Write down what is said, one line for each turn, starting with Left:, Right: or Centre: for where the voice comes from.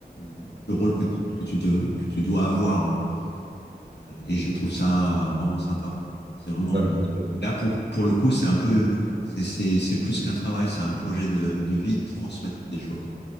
Left: le, le rôle que, que tu, de, que tu dois avoir. Hein. Euh, et je trouve ça vraiment sympa. C'est vraiment
Right: Ouais,
Left: une.
Right: je pense
Left: Là, pour, pour le coup, c'est un peu. C'est c'est- c'est plus qu'un travail, c'est un projet de, de vie, de transmettre des choses.